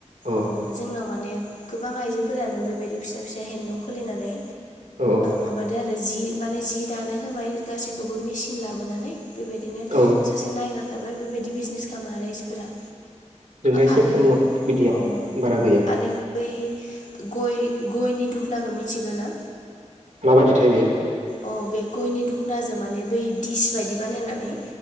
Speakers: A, on the right (about 80°); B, on the left (about 75°).
A: औ
B: अ जोंनाव माने गोबां आइजोफोरानो बेबायदि फिसा फिसा हेन्दलुम खुलिनानै
A: औ
B: माबा आरो माने जि दानो होबाय गासैखौबो मेचन लाबोनानै बेबायदिनो सासे
A: औ
B: नायग्रा थाबाय बेबायदि बिजनेस खालामो रायजोफोरा ओ
A: जोंना एसे
B: आरो
A: खम बिदिया
B: अ
A: बारा गैया
B: आरो बै गय गयनि दुखुनाखौ मिथिगो ना
A: माबायदिथायो बेयो
B: अ बे गयनि दख'नाजों माने बै दिस बायदि बानायनानै